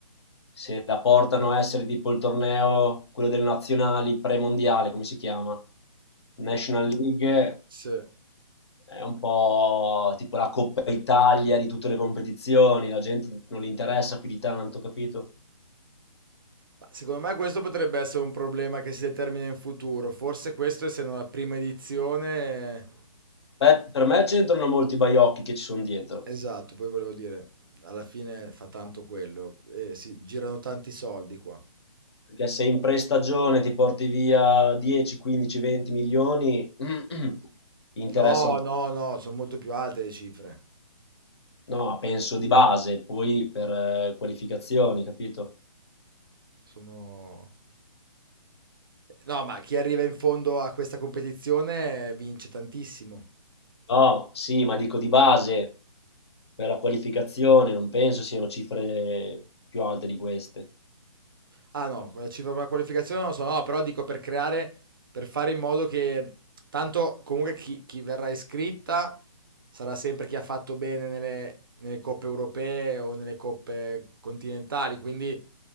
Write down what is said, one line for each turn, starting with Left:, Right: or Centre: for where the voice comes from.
Left: se la portano a essere tipo il torneo, quello delle nazionali premondiale, come si chiama? National League
Right: Sì.
Left: è un po' tipo la Coppa Italia di tutte le competizioni, la gente non li interessa più di tanto, capito?
Right: Ma Secondo me questo potrebbe essere un problema che si determina in futuro. Forse questo, essendo la prima edizione,
Left: Beh, per me c'entrano molti baiocchi che ci sono dietro,
Right: esatto, poi volevo dire, alla fine fa tanto quello. Eh, si girano tanti soldi qua.
Left: perché se in prestagione ti porti via 10, 15, 20 milioni, <clears throat> interessa
Right: No,
Left: un po'.
Right: Esatto. no, no, sono molto più alte le cifre.
Left: No, penso di base, poi per eh, qualificazioni, capito?
Right: Sono... No, ma chi arriva in fondo a questa competizione vince tantissimo.
Left: No, sì, ma dico di base, per la qualificazione, non penso siano cifre più alte di queste.
Right: Ah no, quella cifra per la qualificazione non lo so, no, però dico per creare, per fare in modo che tanto comunque chi, chi verrà iscritta sarà sempre chi ha fatto bene nelle, nelle coppe europee o nelle coppe continentali, quindi